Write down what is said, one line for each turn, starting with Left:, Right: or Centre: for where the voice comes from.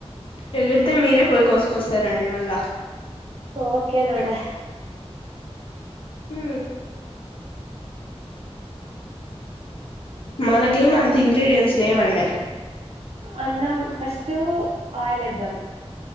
Left: ఎగిరితే మీరే పోయి కోసుకొస్తారండి మళ్ళా
Right: ఒకేనండి
Left: ఊ మ్ మనకేమంత ఇంగ్రీడియంన్ట్స్ లేవండి
Right: అన్నం ఫస్ట్ ఆయిల్ ఎద్దాం